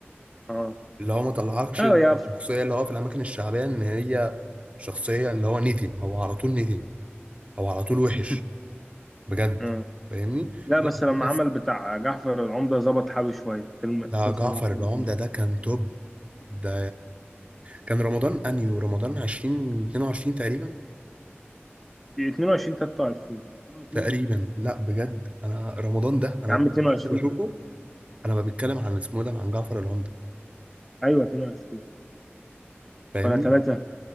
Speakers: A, in the centre; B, on the right.
A: آه
B: اللي هو ما طلعكش
A: أه
B: الشخصية
A: يا
B: اللي هو في الأماكن الشعبية إن هي شخصية اللي هو نيتن هو على طول نيتن هو على طول وحش
A: <laughs>
B: بجد
A: آه.
B: فاهمني؟
A: لا
B: لا
A: بس لما
B: في ناس
A: عمل بتاع جعفر العمدة ظبط حاله شوية فيلم
B: ده
A: مسلسل
B: جعفر
A: جعفر
B: العمدة
A: العمدة
B: ده كان توب ده كان رمضان أنيو رمضان 20 22 تقريبا
A: 22 23 اه 22
B: تقريبا لا بجد أنا رمضان ده أنا
A: يا
B: ما
A: عم
B: كنتش
A: 22
B: في حد بشوفه أنا ما بتكلم عن اسمه ده عن جعفر العمدة
A: ايوه 22
B: فاهمني؟
A: ولا 3